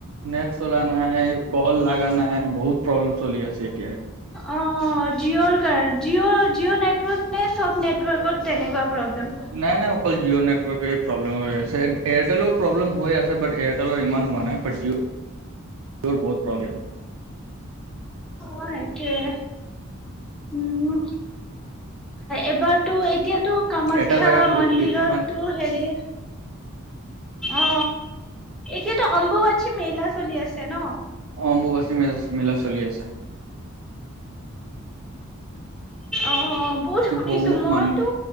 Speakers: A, on the right; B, in the centre.
A: নেট চলা নাই ক'ল লাগা নাই, বহুত প্ৰব্লেম চলি আছে। <inaudible>
B: অ জিঅ'ৰ কাৰণ, জিঅ' জিঅ' নেটৱৰ্ক নে চব নেটৱৰ্কত তেনেকুৱা প্ৰব্লেম।
A: নাই নাই অকল জিঅ নেটৱৰ্ক এই প্ৰব্লেম হৈছে এয়াৰটেল প্ৰব্লেম হৈ আছে বাট এয়াৰটেলৰ ইমান হোৱা নাই বাট জিঅ', জিঅ'ৰ বহুত প্ৰব্লেম।
B: অ সেইটোয়ে উম এবাৰতো এতিয়া টো কামাখ্যা
A: এটা জাগাত বহুত
B: মন্দিৰত
A: বেছি মান
B: টো হেৰি অ এতিয়াতো অম্বুৱাচী মেলা চলি আছে ন
A: অ অম্বুবাচী মেলা চলি আছে
B: অ বহুত শুনিছো
A: বহুত
B: মইতো
A: মানুহ